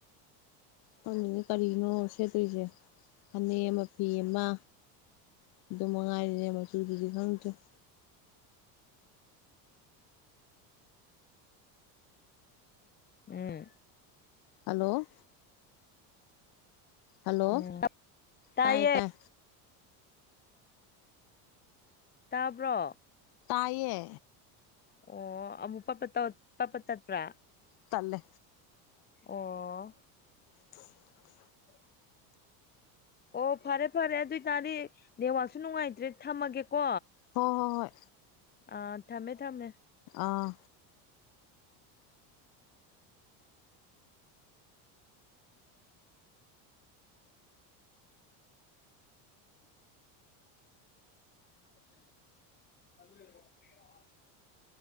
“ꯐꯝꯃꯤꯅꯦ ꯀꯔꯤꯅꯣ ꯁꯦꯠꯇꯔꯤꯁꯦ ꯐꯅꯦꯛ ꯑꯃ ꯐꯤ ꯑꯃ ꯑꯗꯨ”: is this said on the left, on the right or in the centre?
Left